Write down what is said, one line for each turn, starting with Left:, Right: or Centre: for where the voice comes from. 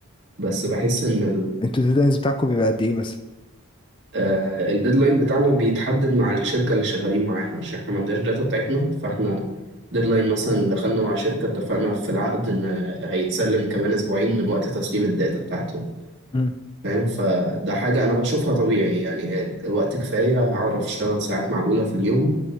Right: بس بحس ان
Left: انتوا الديدلاينز بتاعكم بيبقى قد ايه مثلا
Right: آه، الديدلاين بتاعنا بيتحدد مع الشركة اللي شغالين معاها عشان احنا ما عندناش داتا بتاعتنا فاحنا ديدلاين مثلا دخلنا مع شركة اتفقنا في العقد ان هيتسلم كمان اسبوعين من وقت تسليم الداتا بتاعتهم
Left: امم
Right: فاهم فده حاجة انا بشوفها طبيعي يعني وقت كفاية هعرف اشتغل ساعات معقولة في اليوم